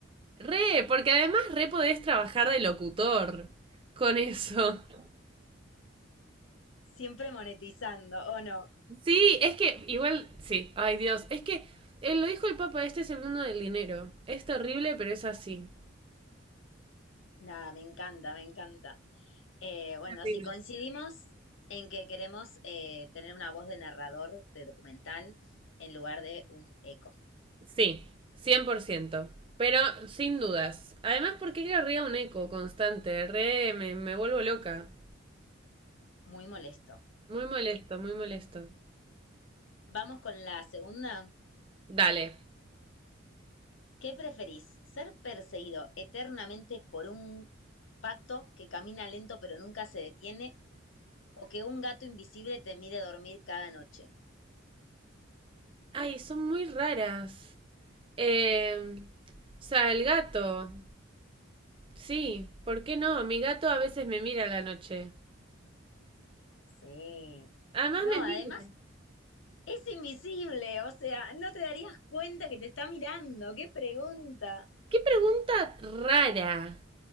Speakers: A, on the right; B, on the left.
A: Re, porque además re podés trabajar de locutor con eso.
B: siempre monetizando, ¿o no?
A: Sí, es que igual, sí, ay Dios, es que eh, lo dijo el Papa, este es el mundo del dinero. Es terrible, pero es así.
B: Nada, me encanta, me encanta. Eh, bueno,
A: Terrible.
B: si coincidimos en que queremos eh, tener una voz de narrador de documental en lugar de un eco.
A: Sí, 100%. Pero sin dudas. Además, porque qué querría un eco constante? Re, me, me vuelvo loca.
B: Muy molesto.
A: Muy molesto, muy molesto.
B: Vamos con la segunda.
A: Dale.
B: ¿Qué preferís? ¿Ser perseguido eternamente por un pato que camina lento pero nunca se detiene o que un gato invisible te mire dormir cada noche?
A: Ay, son muy raras. Eh, o sea, el gato. Sí, ¿por qué no? Mi gato a veces me mira a la noche.
B: Sí.
A: Además
B: No,
A: me mira.
B: además es invisible, o sea, no te darías cuenta que te está mirando. ¡Qué pregunta!
A: ¡Qué pregunta rara!